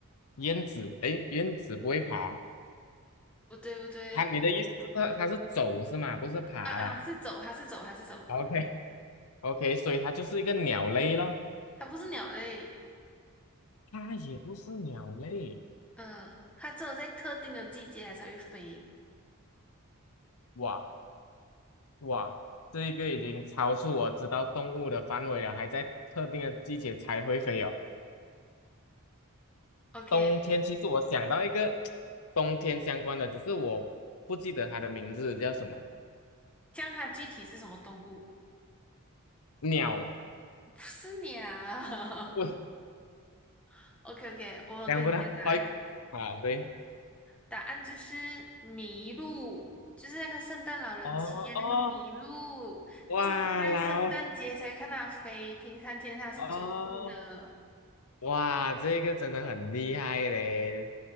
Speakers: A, on the left; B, in the centre.
A: 燕子，诶，燕子不会爬。
B: 不对不对，
A: 它，你的意思是它它是走是吗？不是爬啦。
B: 啊啊，是走，它是走，它是走，
A: OK OK，所以它就是一个鸟类咯，
B: 它不是鸟类。
A: 它也不是鸟类，
B: 嗯，它只有在特定的季节它才会飞。
A: 哇哇，这一个已经超出我知道动物的范围了，还在特定的季节才会飞哦。
B: OK
A: 冬天其实我想到一个
B: OK，
A: <tsk> 冬天相关的，只是我不记得它的名字叫什么
B: 这样它具体是什么动物？
A: 鸟，
B: 不是鸟。
A: 喂，
B: <laughs> OK OK，我有跟你讲答案。
A: 想不到，好啊，对，
B: 答案就是麋鹿，就是那个圣诞老人骑的那个麋鹿，
A: 哦哦，哇，
B: 只有在圣诞节才会看它飞，
A: 老
B: 平常天它是走路的。
A: 哦。哇，这个真的很厉害嘞！